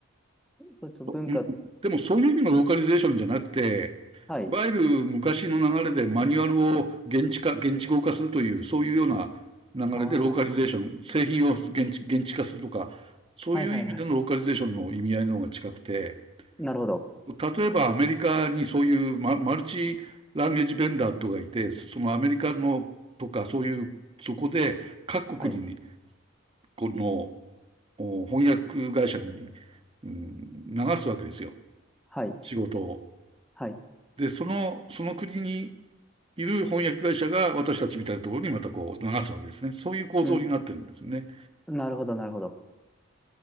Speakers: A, in the centre; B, on the right.
A: ちょっと文化、
B: うん。でもそういう意味のローカリゼーションじゃなくて、
A: はい。
B: いわゆる昔の流れでマニュアルを現地化、現地語化するという、そういうような流れでローカリゼーション、
A: ああ、は
B: 製品を現地、現地化するとか、そういう意味でのローカリゼーションの意味合いの方が近くて、
A: いはいはい。なるほど。
B: 例えばアメリカにそういうマ、マルチランゲージベンダーとかいて、そのアメリカのとかそういう、そこで各国に、
A: はい、
B: このお翻訳会社に、うん、流すわけですよ、
A: はい、
B: 仕事を。
A: はい。
B: で、その、その国にいる翻訳会社が私たちみたいなところにまたこう流すわけですね。そういう構造になってるんですね。
A: うん。なるほど、なるほど。